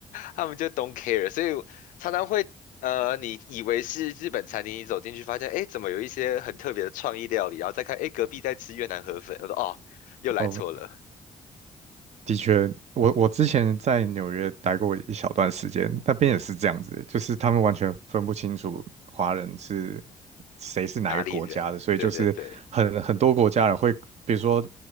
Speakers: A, on the left; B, on the right.
A: 他们就 don't care，所以我常常会呃，你以为是日本餐厅，你走进去发现，哎，怎么有一些很特别的创意料理，然后再看，哎，隔壁在吃越南河粉，我说哦，又来错了，
B: 哦。<laughs> 哦。的确，我我之前在纽约待过一小段时间，那边也是这样子，
A: 嗯，
B: 就是他们完全分不清楚华人是谁是哪一个国家的，
A: 哪里人？
B: 所以就是很很多国家人会，
A: 对对对，
B: 比如说